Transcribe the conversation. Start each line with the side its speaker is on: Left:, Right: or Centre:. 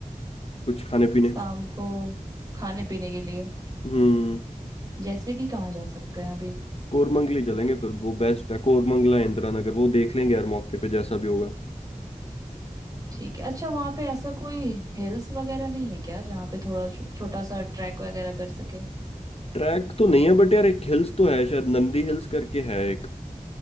Left: कुछ खाने पीने
Right: शाम को खाने पीने के लिए
Left: हम्म
Right: जैसे कि कहाँ जा सकते हैं अभी
Left: कोरमंगली चलेंगे फिर वो बेस्ट है कोरमंगला इंदिरा नगर वो देख लेंगे यार मौके पे जैसा भी होगा
Right: ठीक है अच्छा वहाँ पे ऐसा कोई हिल्स वगैरह नहीं है क्या जहाँ पे थोड़ा छो, छोटा सा ट्रैक वगैरह कर सके
Left: ट्रैक तो नहीं है बट यार एक हिल्स तो है शायद नंदी हिल्स करके है एक।